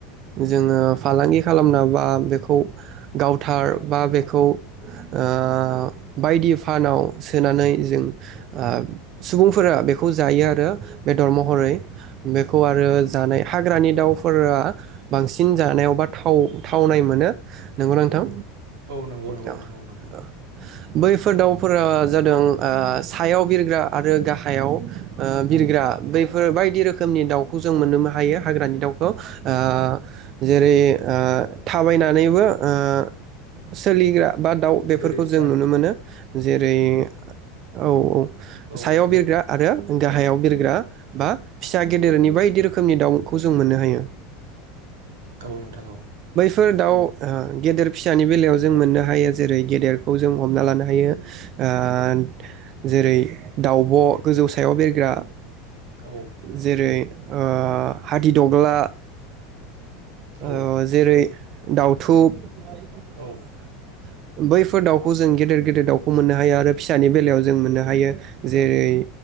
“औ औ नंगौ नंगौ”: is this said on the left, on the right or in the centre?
Right